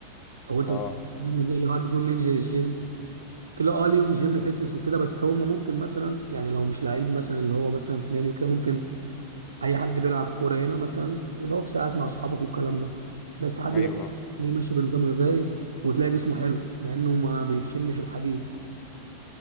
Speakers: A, on the right (about 70°); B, on the left (about 30°).
A: او انت
B: اه
A: نظام غذائي لو حد فيهم ينزل الجيم تلاقي اه ليهم جيم فيتنس وكده بس هم ممكن مثلا يعني لو مش لعيب مثلا اللي هو مثلا في نادي وكده ممكن اي حد بيلعب كورة هنا مثلا اللي هو في ساعات مع صحابك والكلام ده بس حد
B: ايوه
A: يلاقيه
B: اه
A: ماشي بنظام غذائي وتلاقي جسمه حلو مع انه ما بيشمش الحديد